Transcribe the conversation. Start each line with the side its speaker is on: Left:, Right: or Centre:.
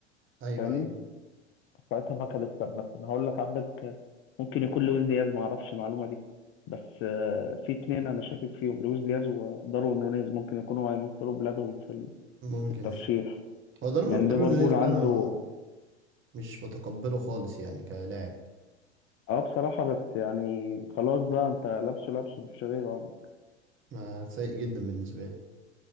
Right: ايوه
Left: فاهمني
Right: ايوه
Left: ساعتها ماكاليستر مثلا هقول لك عندك آه، ممكن يكون لويس دياز ما أعرفش المعلومة دي بس آه، في اتنين أنا شاكك فيهم لويس دياز وداروين نونيز ممكن يكونوا هيمثلوا بلادهم في ال-
Right: ممكن
Left: في الترشيح
Right: هو داروين
Left: يعني
Right: داروين
Left: ليفربول
Right: نونيز ده
Left: عنده
Right: انا مش بتقبله خالص يعني كلاعب
Left: اه بصراحة بس يعني خلاص بقى انت لابسه لابسه مفيش غيره يعني
Right: ما سيء جدا بالنسبه لي